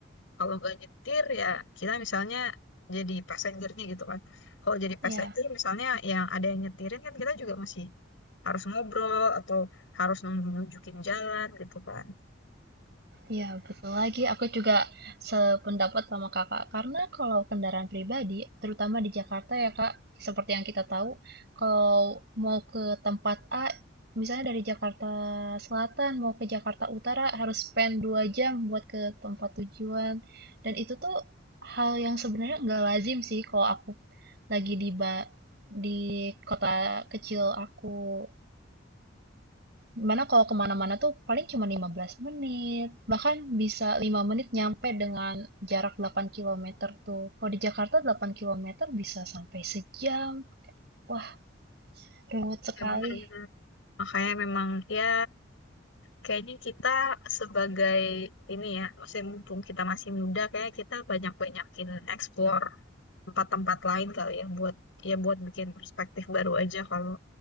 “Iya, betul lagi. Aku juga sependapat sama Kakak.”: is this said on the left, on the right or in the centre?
Right